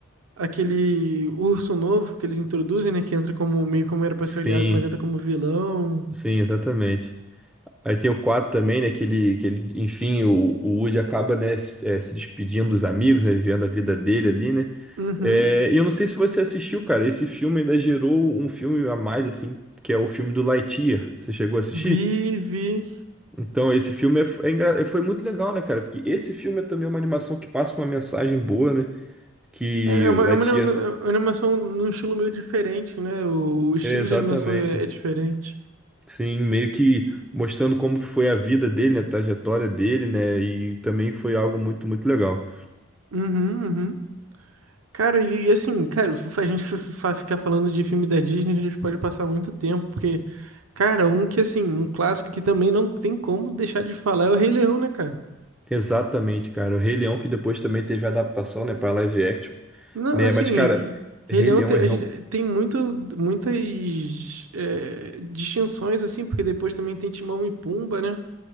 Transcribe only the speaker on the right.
aquele urso novo que eles introduzem, né? Que entra como meio como era pra
ser aliado, mas entra como vilão.
Uhum.
Vi, vi.
É é uma,
é uma anima- é uma animação num estilo meio diferente, né? O, o estilo
de animação é, é diferente.
Uhum, uhum. Cara, e, e assim, cara, f- a gente f- fa- ficar falando de filme da Disney, a gente pode passar muito tempo, porque, cara, um que assim, um clássico que também não tem como deixar de falar é o Rei Leão, né, cara?
Não,
assim,
Rei
Leão
te-
a
gente tem muito, muitas é, distinções, assim, porque depois também tem Timão e Pumba, né?